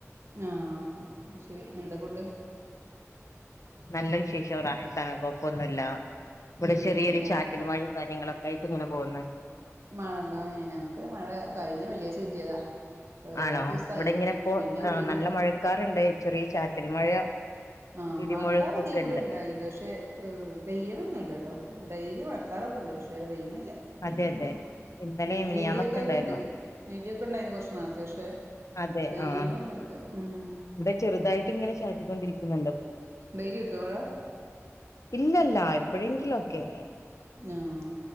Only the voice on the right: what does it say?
ആ ശരി എന്താ ഫുഡ്
ഉം
എ
മഴ ഉണ്ടോ ഏഹ് ഞങ്ങക്ക് മഴ കയിഞ്ഞ വെള്ളിയാഴ്ച്ച കിട്ടിയതാ. ഏ,
പത്ത് ദിവസായി
ഉം
പിന്നെ
കിട്ടിയിട്ടില്ല
ആഹ്
മക്കാറ് തീ കൂടി
ഇണ്ടായലണ്ട് ഷേ പക്ഷേ ഉം പെയ്യണൊന്നുല്ലട്ടോ ഡെയിലി മഴക്കാറൊക്കെ ഉണ്ട് പക്ഷെ പെയ്യണില്ല.
എന്തിനാ
ഉം
ഇഡിയക്കെ ആയിട്ടുണ്ട്
ഇഡിയക്കെ ഇണ്ടായിന്ന് കുറച്ചു നേരത്തെ പക്ഷെ
പെയ്യണൊന്നില്ല
ഉം
ഡെയ്ലി കിട്ടുവോ അവടെ
ആഹ്